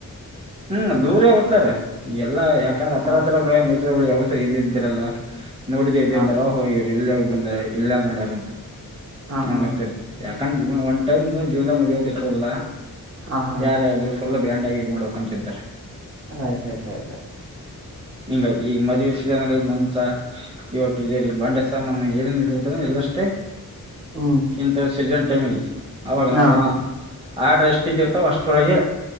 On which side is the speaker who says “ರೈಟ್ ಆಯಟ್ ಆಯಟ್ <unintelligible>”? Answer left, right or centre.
Right